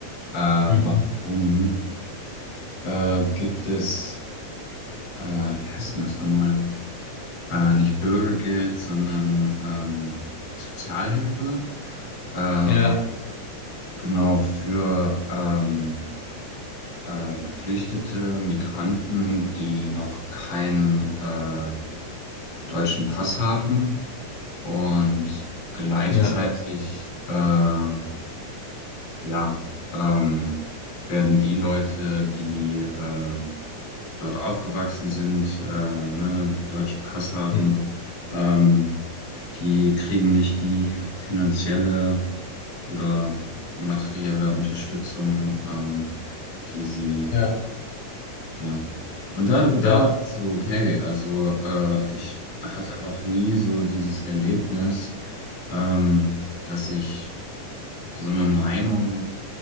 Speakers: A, on the left (about 45°); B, on the left (about 75°).
A: äh, warum
B: Mhm.
A: äh, gibt es, äh, wie heißt denn das nochmal? Äh, nicht Bürgergeld, sondern ähm, Sozialhilfe. Äh,
B: Ja.
A: genau für ähm, äh, Geflüchtete, Migranten, die noch kein äh, deutschen Pass haben und gleichzeitig
B: Ja.
A: äh, ja, ähm, werden die Leute, die äh, dort aufgewachsen sind, äh, ne, deutschen Pass haben,
B: Hm.
A: ähm, die kriegen nicht die finanzielle oder materielle Unterstützung, ähm, die sie
B: Ja.
A: Ja. Und da, da
B: Ja.
A: war ich so, okay, also äh, ich hatte noch nie so dieses Erlebnis, ähm, dass ich so eine Meinung,